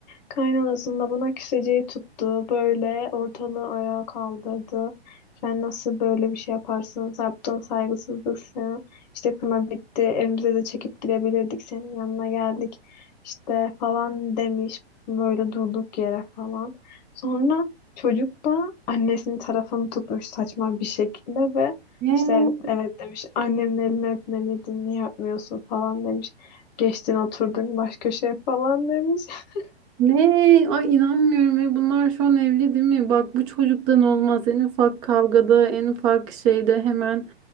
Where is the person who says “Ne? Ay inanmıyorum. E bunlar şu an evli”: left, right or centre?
Right